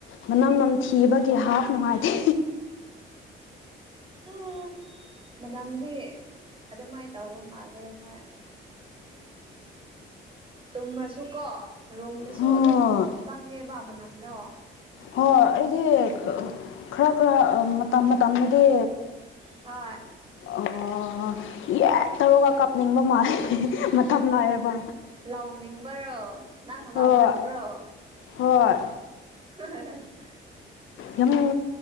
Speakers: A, on the left (about 80°); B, on the right (about 25°).
A: ꯃꯅꯝ ꯅꯝꯊꯤꯕꯒꯤ ꯍꯥꯞ ꯅꯨꯡꯉꯥꯏꯇꯦ
B: ꯎꯝ ꯃꯅꯝꯗꯤ ꯑꯗꯨꯃꯥꯏꯅ ꯇꯧꯕ ꯃꯥꯜꯂꯦ ꯍꯣꯏ ꯇꯨꯝꯃꯁꯨ ꯀꯣ ꯔꯣꯝꯗꯁꯨ
A: ꯍꯣꯏ
B: ꯑꯗꯨꯝ ꯆꯪꯉꯦꯕ ꯃꯅꯝꯗꯣ
A: ꯍꯣꯏ ꯑꯩꯗꯤ ꯈꯔ ꯈꯔ ꯃꯇꯝ ꯃꯇꯝꯗꯨꯗꯤ
B: ꯍ
A: ꯑꯣ ꯌꯥ ꯇꯧꯔꯒ ꯀꯥꯞꯅꯤꯡꯕ ꯃꯥꯜꯂꯦ ꯃ ꯂꯥꯛꯑꯦꯕꯣ
B: ꯂꯥꯎꯅꯤꯡꯕꯔꯣ ꯅꯪ ꯂꯥꯎꯅꯤꯡꯕ꯭ꯔꯣ
A: ꯑꯣ ꯍꯣꯏ
B: <unintelligible>
A: ꯌꯥꯝ